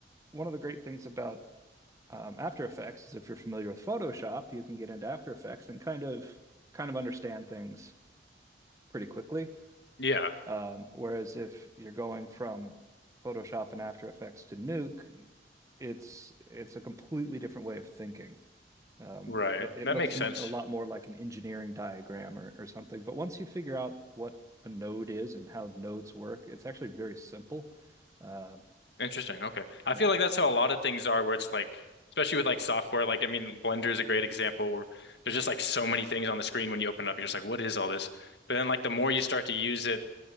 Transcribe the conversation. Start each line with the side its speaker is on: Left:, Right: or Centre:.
Right: one of the great things about um, After Effects is if you're familiar with Photoshop, you can get into After Effects and kind of kind of understand things pretty quickly.
Left: Yeah,
Right: Um, whereas if you're going from Photoshop and After Effects to Nuke, it's it's a completely different way of thinking. Um,
Left: right.
Right: it, it
Left: That
Right: looks
Left: makes
Right: m
Left: sense.
Right: a lot more like an engineering diagram or, or something. But once you figure out what a node is and how nodes work, it's actually very simple. Uh,
Left: Interesting. Okay. I
Right: yeah.
Left: feel like that's how a lot of things are where it's like, especially with like software, like, I mean, Blender is a great example where there's just like so many things on the screen when you open it up. You're just like, what is all this? But then like the more you start to use it,